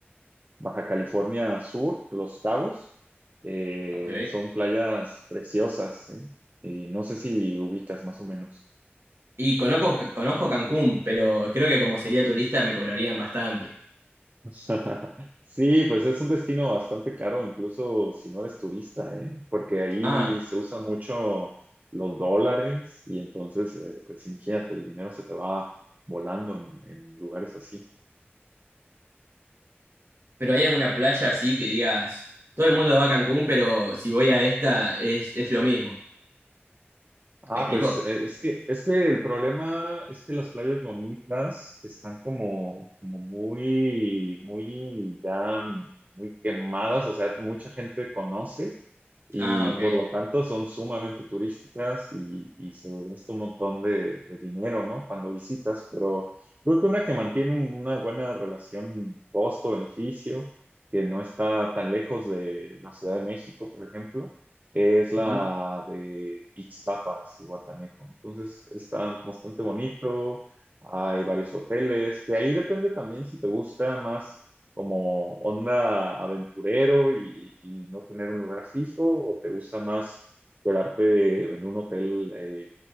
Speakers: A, on the right; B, on the right.
A: Baja California Sur, Los Cabos, eh,
B: ok.
A: son playas preciosas, ¿eh? Y no sé si ubicas más o menos.
B: Y conozco, conozco Cancún, pero creo que como sería turista me cobrarían bastante.
A: <laughs> Sí, pues es un destino bastante caro, incluso si no eres turista, ¿eh? Porque ahí
B: Ah,
A: se usa mucho los dólares y entonces, eh, pues imagínate, el dinero se te va volando en, en lugares así.
B: pero ¿hay alguna playa así que digas, todo el mundo va a Cancún, pero si voy a esta es, es lo mismo?
A: Ah,
B: ¿Me explico?
A: pues eh, es que, es que el problema es que las playas bonitas están como, como muy, muy ya, mm, muy quemadas, o sea, mucha gente conoce y
B: Ah, ok.
A: por lo tanto son sumamente turísticas y, y se gasta un montón de, de dinero, ¿no? Cuando visitas, pero creo que una que mantiene un- una buena relación costo-beneficio, que no está tan lejos de la Ciudad de México, por ejemplo, es la
B: Ujú.
A: de Ixtapa, y Guatanejo Entonces está bastante bonito, hay varios hoteles, que ahí depende también si te gusta más como onda aventurero y, y no tener un lugar fijo? ¿O te gusta más quedarte en un hotel eh,